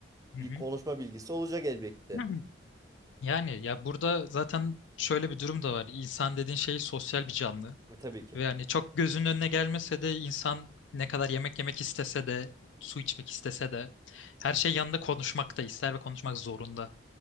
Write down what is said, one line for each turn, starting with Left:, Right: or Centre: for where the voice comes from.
Left: Hı
Right: bir konuşma bilgisi olacak elbette.
Left: hı. Yani ya burada zaten şöyle bir durum da var. İnsan dediğin şey sosyal bir canlı.
Right: E, tabii ki.
Left: Ve yani çok gözünün önüne gelmese de insan ne kadar yemek yemek istese de su içmek istese de her şey yanında konuşmak da ister ve konuşmak zorunda.